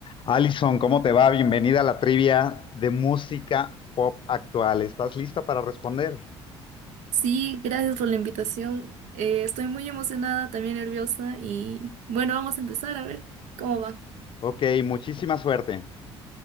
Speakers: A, on the left; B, on the right.
A: Alison, ¿cómo te va? Bienvenida a la trivia de música pop actual. ¿Estás lista para responder?
B: Sí, gracias por la invitación. Eh, estoy muy emocionada, también nerviosa y bueno, vamos a empezar a ver cómo va.
A: Ok, muchísima suerte.